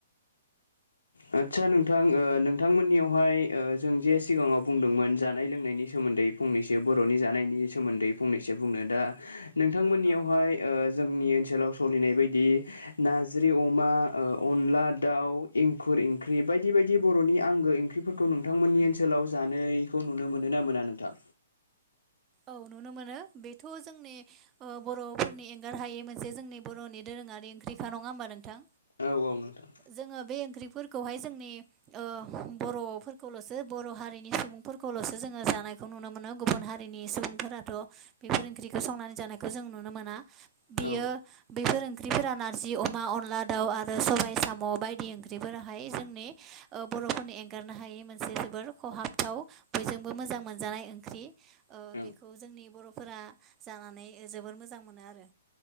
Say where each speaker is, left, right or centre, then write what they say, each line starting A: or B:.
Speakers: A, on the left; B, on the right.
A: आदसा नोंथां ओ नोंथांमोननियावहाय ओं जों जे सिगाङाव बुंदोंमोन जानाय लोंनायनि सोमोन दै फंनैसो बरनि जानायनि सोमोन्दै फंनैसो बुंनो दा नोंथांमोननियावहाय
B: औ
A: ओ जोंनि ओनसोलाव सलिनाय बायदि नाज्रि अमा ओ अनला दाउ खुर इंख्रि बायदि बायदि बरनि आंगो इंख्रिफोरखौ नोंथांमोननि ओनसोलाव जानायखौ नुनो मोनो ना मोना ना नोंथां
B: औ नुनो मोनो बेथ' जोंनि ओ बर'फोरनि एंगार हायै मोनसे जोंनि बर'नि दो दोरोङारि इंख्रिखा नङा होमबा नोंथां
A: औ औ नोंथां
B: जोङो बे ओंख्रिफोर खौहाय जोंनि ओ बर'फोरखौलसो बर' हारिनि सुबुंफोरखौलसो जोङो जानायखौ नुनो मोनो गुबुन हारिनि सुबुंफोराथ बेफोर ओंख्रिखौ संनानै जानायखौ जों नुनो मोना बियो
A: औ
B: बेफोर ओंख्रिफोरा नारजि, अमा, अनला दाउ आरो सबाय साम' बायदि ओंख्रिफोराहाय जोंनि बर'फोरनो एंगारनो हायै मोनसे जोबोर खहाबथाव बयजोंबो मोजां मोनजानाय ओंख्रि ओ
A: औ
B: बेखौ जोंनि बर'फोरा जानानै जोबोर मोजां मोनो आरो